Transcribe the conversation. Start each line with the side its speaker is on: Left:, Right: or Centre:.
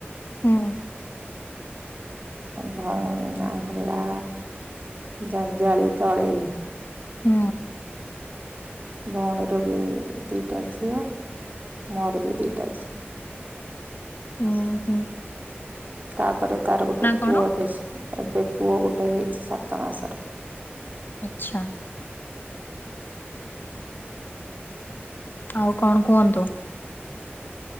Left: ହୁଁ
Right: ଭଉଣୀ ନାଁ ହେଲା ଜଞ୍ଜାଳି ଦଳେଇ।
Left: ହୁଁ।
Right: ଭଉଣୀର ବି ଦିଟା ଝିଅ ମୋର ବି ଦିଟା ଝିଅ।
Left: ଓ ହୋ
Right: ତାପରେ ତାର ଗୋଟେ
Left: କଣ?
Right: ପୁଅ ବି ଏବେ ପୁଅ ଗୋଟେ ହେଇଛି ସାତ ମାସର।
Left: ଆଚ୍ଛା ଆଉ କଣ କୁହନ୍ତୁ?